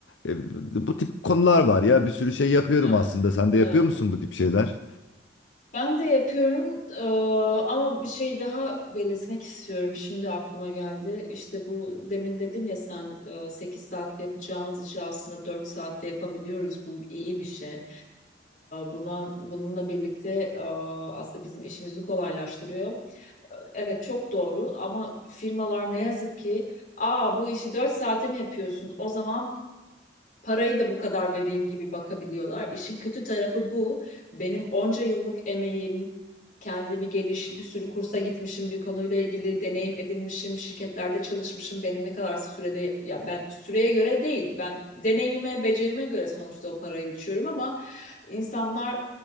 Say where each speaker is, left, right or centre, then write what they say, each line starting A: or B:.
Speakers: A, on the left (about 80°); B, on the left (about 45°).
A: e, bu tip konular var ya. Bir sürü şey yapıyorum
B: Evet.
A: aslında. Sen
B: Evet.
A: de yapıyor musun bu tip şeyler?
B: Ben de yapıyorum eee, ama bir şey daha belirtmek istiyorum. Şimdi aklıma geldi. İşte bu demin dedin ya sen eee, 8 saatte yapacağımız işi aslında 4 saatte yapabiliyoruz. Bu iyi bir şey. Eee, buna bununla birlikte eee, aslında bizim işimizi kolaylaştırıyor. Evet çok doğru ama firmalar ne yazık ki Aa bu işi 4 saate mi yapıyorsun? O zaman parayı da bu kadar vereyim gibi bakabiliyorlar. İşin kötü tarafı bu. Benim onca yıllık emeğim, kendimi geliş, bir sürü kursa gitmişim, bir konuyla ilgili deneyim edinmişim, şirketlerde çalışmışım. Benim ne kadar sürede, ya ben süreye göre değil, ben deneyimime, becerime göre sonuçta o parayı biçiyorum ama insanlar